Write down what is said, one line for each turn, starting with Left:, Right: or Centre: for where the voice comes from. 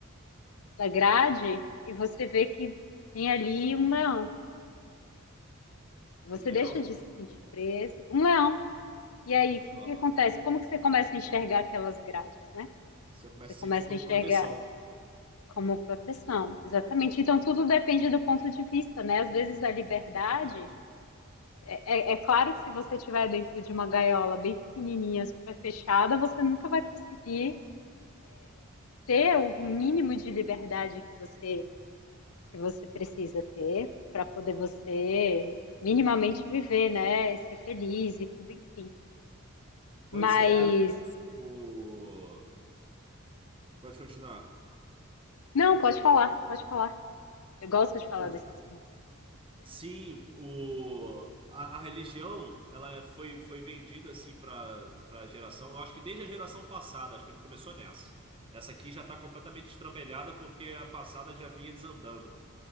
Left: da grade e você vê que tem ali um leão. Você
Right: Um leão.
Left: deixa de se sentir preso. Um leão. E aí, o que
Right: Aham.
Left: que acontece? Como que você começa a enxergar aquelas grades, né?
Right: Você começa
Left: Você
Right: a
Left: começa
Right: sentir como
Left: a enxergar
Right: proteção.
Left: como proteção, exatamente. Então, tudo depende do ponto de vista, né? Às vezes a liberdade,
Right: Verdade.
Left: é, é claro que se você estiver dentro de uma gaiola bem pequenininha, super fechada, você nunca vai conseguir ter o mínimo de liberdade que você que você precisa ter para poder você minimamente viver, né? Ser feliz e tudo, enfim.
Right: Pois
Left: Mas
Right: é, o... Pode continuar.
Left: não, pode falar, pode falar. Eu gosto de falar
Right: Por...
Left: desse assunto.
Right: Sim, o... a, a religião ela foi, foi vendida assim para para geração, eu acho que desde a geração passada, acho que não começou nessa. Essa aqui já está completamente estrambelhada porque a passada já vinha desandando.